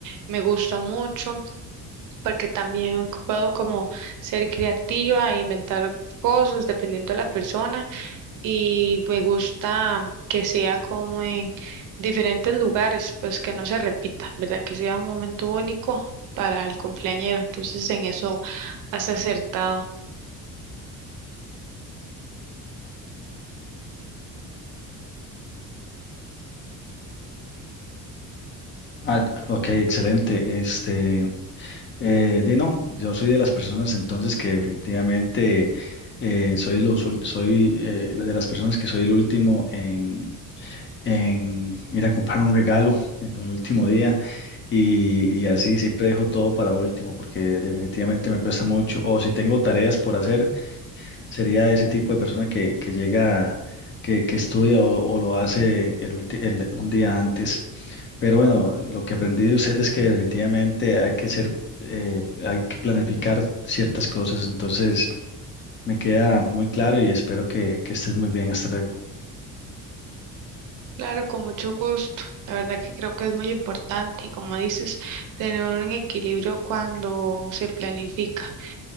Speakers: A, on the right; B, on the left.
A: Me gusta mucho porque también puedo como ser creativa e inventar cosas dependiendo de la persona y me gusta que sea como en diferentes lugares, pues que no se repita, ¿verdad? Que sea un momento único para el cumpleañero. Entonces, en eso has acertado.
B: Ah, ok, excelente. Este, eh, di no, yo soy de las personas entonces que definitivamente eh, soy, los, ul- soy eh, de las personas que soy el último en, en ir a comprar un regalo en el último día. Y, y así siempre dejo todo para último porque definitivamente me cuesta mucho. O si tengo tareas por hacer, sería ese tipo de persona que, que llega, que, que estudia o, o lo hace el ulti- el- un día antes. Pero bueno, lo que aprendí de usted es que definitivamente hay que ser, eh, hay que planificar ciertas cosas. Entonces me queda muy claro y espero que, que estés muy bien. Hasta luego.
A: Claro, con mucho gusto. La verdad que creo que es muy importante y como dices, tener un equilibrio cuando se planifica